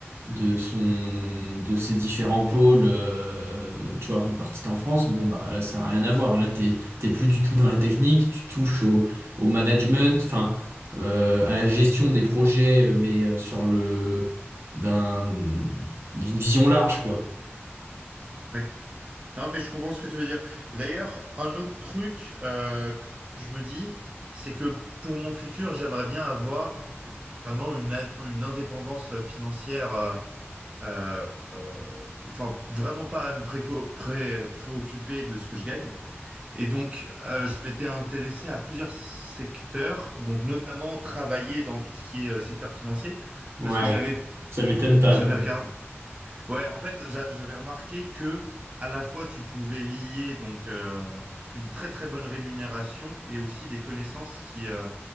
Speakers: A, on the right (about 65°); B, on the right (about 25°).
A: de son de ses différents pôles euh, tu vois répartis en France bon bah là ça n'a rien à voir là t'es t'es plus du tout dans la technique tu touches au, au management enfin euh, à la gestion des projets euh, mais euh, sur le d'un d'une vision large quoi
B: Ouais. Non, mais je comprends ce que tu veux dire. Et d'ailleurs, un autre truc euh, que je me dis, c'est que pour mon futur, j'aimerais bien avoir vraiment une, ad- une indépendance financière euh, euh, euh, enfin vraiment pas à me préco- pré- préoccuper de ce que je gagne. Et donc, euh, je m'étais intéressé à plusieurs secteurs, donc notamment travailler dans tout ce qui est euh, secteur financier,
A: ouais
B: parce que j'avais
A: ça m'étonne pas
B: j'avais regardé. Ouais, en fait, j'a- j'avais remarqué que à la fois tu pouvais lier donc euh, une très très bonne rémunération et aussi des connaissances qui, euh,